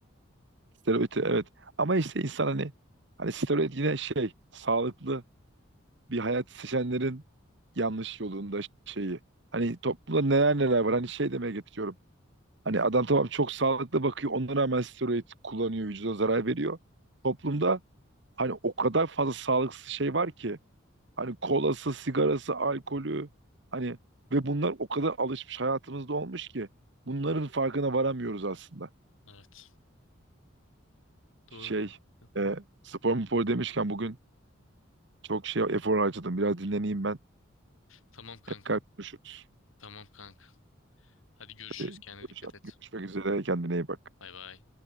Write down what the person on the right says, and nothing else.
Steroid evet. Ama işte insan hani hani steroid yine şey sağlıklı bir hayat seçenlerin yanlış yolunda şeyi. Hani toplumda neler neler var. Hani şey demeye getiriyorum. Hani adam tamam çok sağlıklı bakıyor. Ona rağmen steroid kullanıyor. Vücuda zarar veriyor. Toplumda hani o kadar fazla sağlıksız şey var ki. Hani kolası, sigarası, alkolü hani ve bunlar o kadar alışmış hayatımızda olmuş ki bunların farkına varamıyoruz aslında.
Şey,
e, spor spor demişken bugün çok şey efor harcadım. Biraz dinleneyim ben.
Tekrar konuşuruz.
Hadi
görüşmek üzere. Kendine iyi bak.